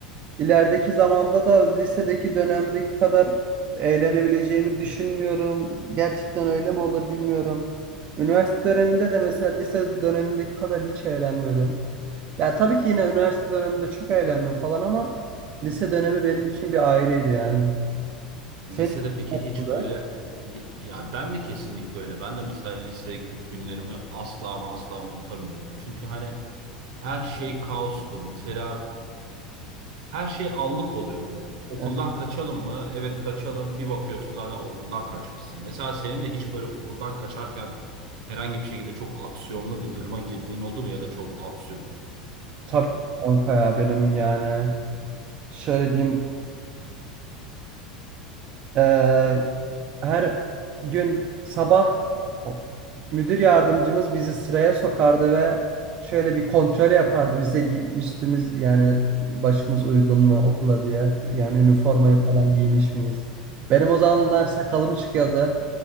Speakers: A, on the right; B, on the right.
A: ilerideki zamanda da lisedeki dönemdeki kadar eğlenebileceğimi düşünmüyorum. Gerçekten
B: Hı
A: öyle
B: hı.
A: mi olur bilmiyorum. Üniversite döneminde de mesela lise dönemindeki kadar hiç eğlenmedim. Ya tabii ki yine üniversite döneminde çok eğlendim falan ama lise dönemi
B: Hı
A: benim
B: hı.
A: için bir ayrıydı yani. Senin
B: Lisede peki
A: nasıldı?
B: hiç böyle ya, ya ben de kesinlikle öyle. Ben de mesela lise günlerimi asla ama asla unutamıyorum. Çünkü hani her şey kaostu. Mesela her şey anlık oluyordu. Okuldan
A: E,
B: kaçalım mı? Evet kaçalım. Bir bakıyorsun zaten okuldan kaçmışsın. Mesela senin de hiç böyle okuldan kaçarken herhangi bir şekilde çok aksiyonlu bir duruma girdiğin oldu mu ya da çok absürt?
A: Tabii kanka ya benim yani şöyle diyeyim e, her gün sabah o- müdür yardımcımız bizi sıraya sokardı ve şöyle bir kontrol yapardı bize gi- üstümüz yani başımız uygun mu okula diye yani üniformayı
B: Hı hı.
A: falan giymiş miyiz? Benim o zamanlar sakalım çıkıyordu.